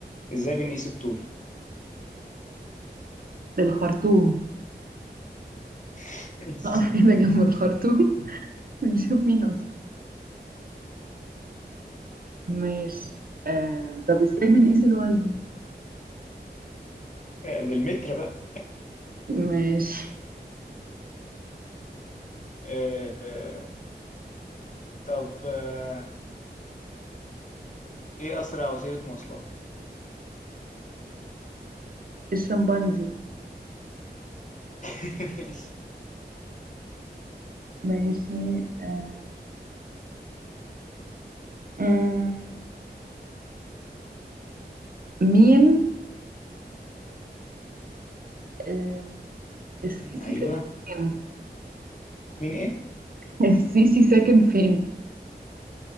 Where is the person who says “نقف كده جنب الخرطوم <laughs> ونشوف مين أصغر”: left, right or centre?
Right